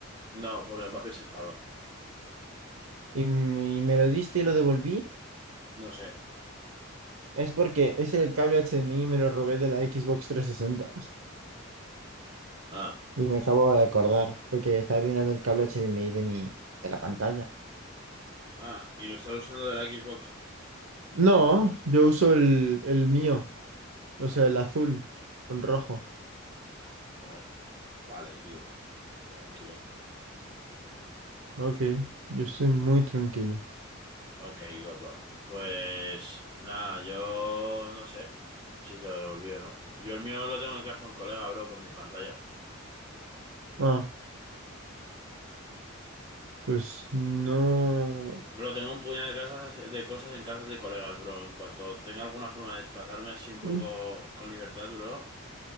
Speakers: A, on the right; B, on the right.
A: No, porque el papi se enfadó.
B: Y, m- y me lo diste y lo devolví,
A: No sé.
B: es porque ese cable HDMI me lo robé de la Xbox 360.
A: Ah.
B: Y me acabo de acordar, porque estaba mirando el cable HDMI de mi, de la pantalla.
A: Ah, y lo estás usando de la Xbox.
B: No, yo uso el, el mío, o sea,
A: Ah,
B: el azul con rojo.
A: vale. Vale, tío. Tranquilo.
B: Ok, yo estoy muy tranquilo.
A: Ok, God, bro. Pues nada, yo no sé si te lo devolví o no. Yo el mío lo tengo en casa de un colega, bro, con mi pantalla.
B: Ah, pues no.
A: Bro, tengo un puñado de casas, de cosas en casas de colegas, bro. En cuanto tenga alguna forma de desplazarme así un poco
B: Mm.
A: con libertad, bro,